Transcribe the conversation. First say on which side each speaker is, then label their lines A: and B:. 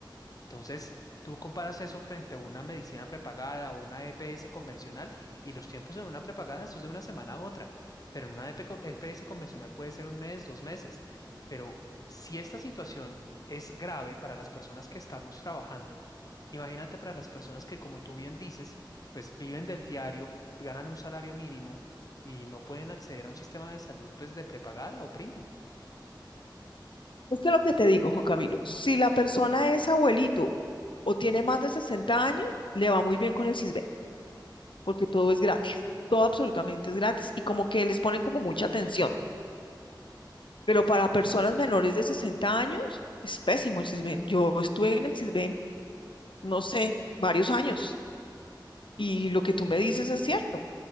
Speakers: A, on the left; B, on the left.
A: Entonces, tú comparas eso frente a una medicina prepagada o una EPS convencional y los tiempos en una prepagada, eso es de una semana a otra, pero en una EP co- EPS convencional puede ser un mes, dos meses. Pero si esta situación es grave para las personas que estamos trabajando, imagínate para las personas que, como tú bien dices, pues viven del diario, ganan un salario mínimo y no pueden acceder a un sistema de salud pues de prepagada o premium.
B: Es que lo que te digo, Juan Camilo, si la persona es abuelito o tiene más de 60 años, le va muy bien con el CISBEN, porque todo es gratis, todo absolutamente es gratis y como que les ponen como mucha atención. Pero para personas menores de 60 años, es pésimo el CISBEN. Yo estuve en el CISBEN, no sé, varios años y lo que tú me dices es cierto.